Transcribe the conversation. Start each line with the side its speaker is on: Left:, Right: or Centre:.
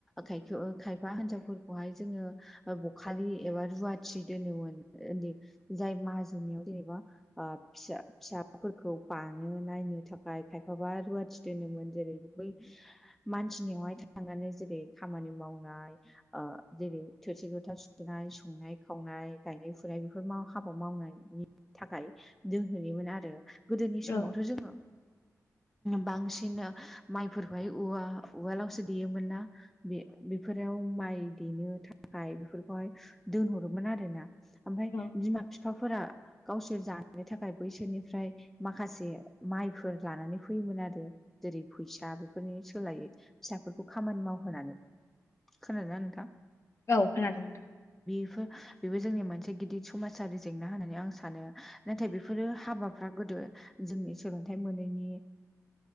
Centre: खाय खायफा हिनजावफोर बेहाय जोंङो बखालि एबा रुवाथि दोनोमोन। जाय माहाजोननियाव जेनेबा आ फिसा फिसाफोरखौ बानो नायनो थाखाय खायफाबा रुवाथि दोनोमोन जेरै बै मानसिनियावहाय थांनानै जेरै खामानि मावनाय जेरै थोरसि लथा सुनाय संनाय खावनाय गायनाय फुनाय बेफोर बे हाबा मावनायनि थाखाय दोनहैनिमोनो आरो गोदोनि समावथ'
Left: औ
Centre: जोंङो बांसिन माइफोरखौहाय उवालावसो देयोमोन ना बे बेफोराव माइ देनो थाखाय बेफोरखौहाय दोनहरोमोन आरोना ओमफ्राय
Left: औ
Centre: बिमा बिफाफोरा गावसोर जानो थाखाय बैसोर बिसोरनिफ्राय माखासे माइफोर लानानै फैयोमोन आरो। जेरै फैसा बेफोरनि सोलायो फिसाफोरखौ खामानि मावहोनानै खोनादोंना नोंथां
Left: औ खोनादों।
Centre: बेफोर बेबो जोंनि मोनसे गिदिर समाजारि जेंना होननानै आं सानो नाथाय बेफोरो हाबाफ्रा गोदो जोंनि सोलोंथाइ मोनैनि